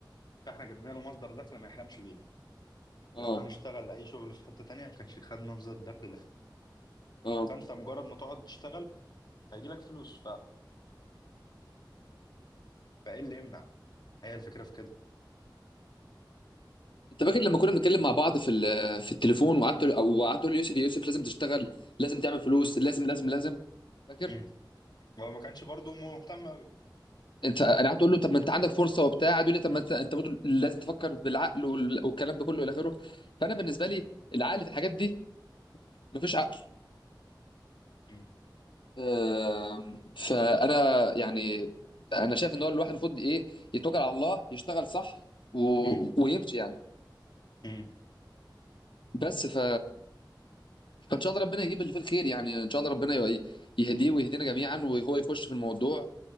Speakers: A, on the left; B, on the left.
A: فاحنا جبنا له مصدر دخل ما يحلمش بيه
B: اه
A: لو كان اشتغل اي شغل في حته تانية ما كانش خد مصدر الدخل ده
B: اه
A: فانت مجرد ما تقعد تشتغل هيجي لك فلوس ف... فايه اللي يمنع هي الفكره في كده
B: انت فاكر لما كنا بنتكلم مع بعض في ال- في التليفون وقعدت او قعدت تقول لي يوسف يا يوسف لازم تشتغل لازم تعمل فلوس لازم لازم لازم فاكر
A: امم هو ما كانش برضه مهتم قوي
B: انت انا هتقول له طب ما انت عندك فرصه وبتاع هتقول لي طب ما انت انت برضه لازم تفكر بالعقل وال- والكلام ده كله الى اخره فانا بالنسبه لي العقل في الحاجات دي مفيش عقل
A: امم
B: آم، فانا يعني انا شايف ان هو الواحد المفروض ايه يتوكل على الله يشتغل صح و...
A: امم
B: ويمشي يعني
A: امم
B: بس ف فان شاء الله ربنا يجيب اللي فيه الخير يعني ان شاء الله ربنا ي- يهديه ويهدينا جميعا وهو يخش في الموضوع